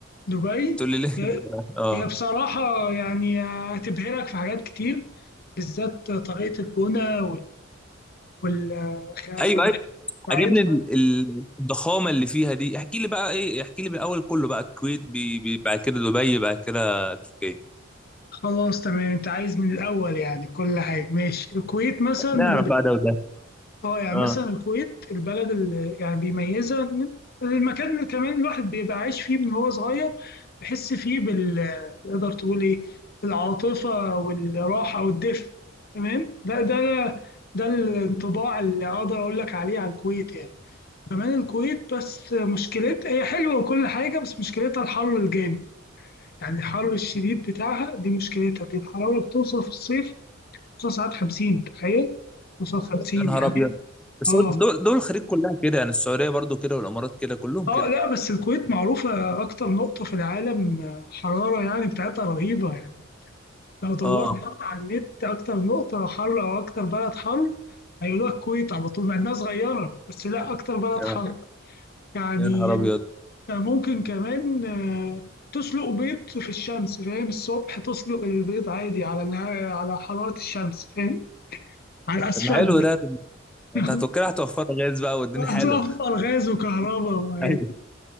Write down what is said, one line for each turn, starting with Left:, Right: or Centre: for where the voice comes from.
Left: دبي
Centre: بتقول لي ليه؟
Left: هي
Centre: <laughs> أه
Left: هي بصراحة يعني هتبهرك في حاجات كتير بالذات طريقة البنى والخدمة
Centre: أيوه أيوه
Left: بتاعتها
Centre: عاجبني ال- ال- الضخامة اللي فيها دي احكي لي بقى إيه احكي لي من الأول كله بقى الكويت بي... بي... بعد كده دبي بعد كده تركيا
Left: خلاص تمام انت عايز من الاول يعني كل حاجه ماشي الكويت مثلا
Centre: نعرف
Left: اللي بي-
Centre: بقى ده وده
Left: اه يعني
Centre: أه
Left: مثلا الكويت البلد اللي يعني بيميزها من المكان اللي كمان الواحد بيبقى عايش فيه من هو صغير بيحس فيه بال تقدر تقول ايه العاطفه والراحه والدفء تمام ده ده ده الانطباع اللي اقدر اقول لك عليه على الكويت يعني كمان الكويت بس مشكلتها هي حلوه وكل حاجه بس مشكلتها الحر الجامد يعني الحر الشديد بتاعها دي مشكلتها دي الحرارة بتوصل في الصيف بتوصل ساعات 50 تخيل بتوصل 50
Centre: يا نهار
Left: يعني
Centre: أبيض
Left: إيه؟
Centre: بس
Left: اه
Centre: هو دول دول الخليج كلها كده يعني السعوديه برضو كده والامارات كده كلهم
Left: اه
Centre: كده
Left: لا بس الكويت معروفة أكتر نقطة في العالم آه، حرارة يعني بتاعتها رهيبة يعني لو دورت
Centre: اه
Left: برضه على النت أكتر نقطة حر أو أكتر بلد حر هيقولوا لك الكويت على طول مع إنها صغيرة بس لا أكتر بلد
Centre: يا
Left: حر يعني
Centre: يا نهار ابيض
Left: ممكن كمان آه، تسلق بيض في الشمس فاهم الصبح تسلق البيض عادي على الها- على حرارة الشمس فاهم على الأسفل
Centre: طب ما حلو ده طب
Left: <laughs>
Centre: انت هتوكل هتوفر غاز بقى والدنيا حلوه
Left: هتوفر غاز وكهرباء و-
Centre: <laughs> ايوه